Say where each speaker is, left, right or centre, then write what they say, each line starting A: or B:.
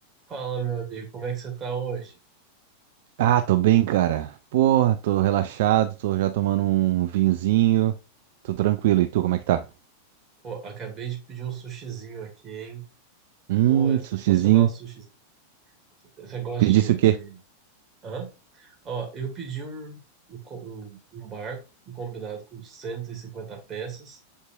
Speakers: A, on the right (about 25°); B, on the right (about 55°).
A: Fala, meu amigo, como é que você tá hoje?
B: Ah, tô bem, cara. Porra, tô relaxado, tô já tomando um vinhozinho. Tô tranquilo. E tu, como é que tá?
A: Pô, acabei de pedir um sushizinho aqui, hein?
B: Hum,
A: Pô, é sensacional
B: sushizinho.
A: o sushizinho. Você gosta
B: Pedisse
A: de,
B: o quê?
A: de... Hã? Ó, eu pedi um, um, co- um- um barco, um combinado com 150 peças,